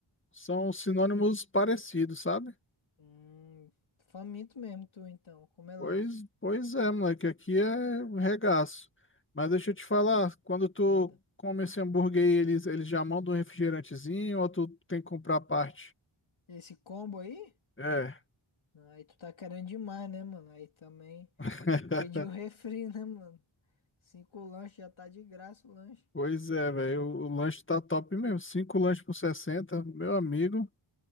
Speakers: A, on the left; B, on the left.
A: são sinônimos parecidos, sabe?
B: Hum, faminto mesmo, tu, então. Com melancia.
A: Pois, pois é, moleque, aqui é um regaço. Mas deixa eu te falar, quando tu
B: Manda.
A: come esse hambúrguer aí, eles, eles já mandam um refrigerantezinho ou tu tem que comprar à parte?
B: Esse combo aí?
A: É.
B: Aí tu tá querendo demais, né, mano? Aí também
A: <laughs>
B: tem que pedir o refri, <laughs> né, mano? Cinco lanches já tá de graça o lanche.
A: Pois é, velho. O o lanche tá top mesmo. Cinco lanches por sessenta meu amigo.